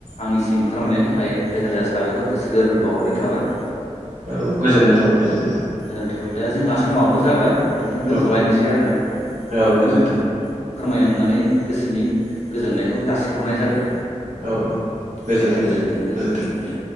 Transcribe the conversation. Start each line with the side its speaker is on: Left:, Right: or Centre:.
Left: आंनिसिम फोरमायनायनि थाखाय रोजा रोजा सा बायखर गोसो गोरबोनि बावहरनाय थाबाय।
Right: औ गोजोननाय थाबाय गोजोननाय
Left: गोजोननाय थाबाय दा जोंहा समाबो जाबाय। बिदिनो
Right: थाबाय
Left: दोन्थ'लायनोसै आरो ना
Right: औ
Left: नोंजों
Right: गोजोन्थों
Left: फोरमायनो मोननानै गोसोनि गोजोननायखौ जासिहरनाय जाबाय।
Right: औ औ गोजोन्थों
Left: दे गोजोनथों गोजोन
Right: गोजोन्थों
Left: दे।